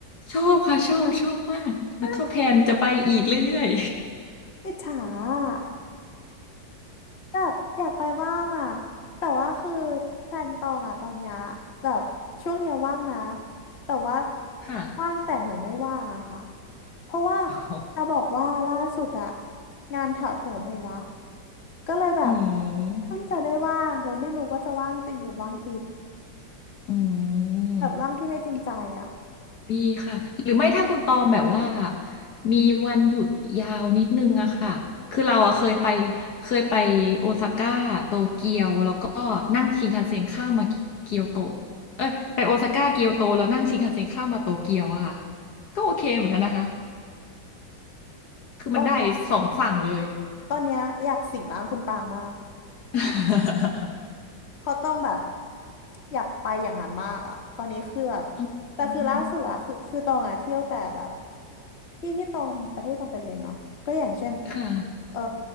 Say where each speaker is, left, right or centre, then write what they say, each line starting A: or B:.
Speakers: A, on the left (about 60°); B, on the left (about 35°).
A: ชอบค่ะ ชอบ ชอบมาก แล้วก็แพลนจะไปอีกเรื่อย
B: ใช่อิจฉาอะแบบอยากไปบ้างอ่ะแต่ว่าคือแพลนตองอ่ะตอนเนี้ยแบบช่วงเนี้ยว่างนะแต่ว่า
A: ๆ <laughs> ค่ะ
B: ว่างแต่เหมือนไม่ว่างอะค่ะเพราะว่า
A: <laughs> ออ
B: จะบอกว่าล่าสุดอะงานถาโถมมาอีกละก็เลยแบบ
A: อื
B: เพิ่งจะได้ว่างเลยไม่รู้ว่าจะว่างจริงหรือว่างทิพย์
A: มอืม
B: แบบว่างที่ไม่จริงใจอะ
A: ดีค่ะหรือไม่ถ้าคุณตองแบบว่ามีวันหยุดยาวนิดนึงอะค่ะคือเราอะเคยไปเคยไปโอซาก้าโตเกียวแล้วก็นั่งชินคันเซ็นข้ามมาเกียวโตเออไปโอซาก้าเกียวโตแล้วนั่งชินคันเซ็นข้ามมาโตเกียวอะค่ะก็โอเคเหมือนกันนะคะคือมันได้สองฝั่งเลย
B: ตอนเนี้ย ตอนเนี้ยอยากสิงร่างคุณปางมาก
A: <laughs>
B: เพราะต้องแบบอยากไปอย่างนั้นมากอะตอนนี้คือแบบ
A: อืม
B: แต่คือล่าสุดอะคือคือตองอะเที่ยวแต่แบบที่ที่ตองประเทศที่ตองไปเรียนเนาะก็อย่างเช่น
A: ค่ะ
B: เอ่อ